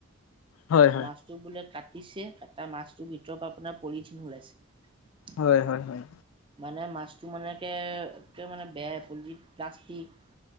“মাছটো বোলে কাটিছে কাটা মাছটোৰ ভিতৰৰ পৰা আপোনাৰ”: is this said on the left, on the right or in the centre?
Right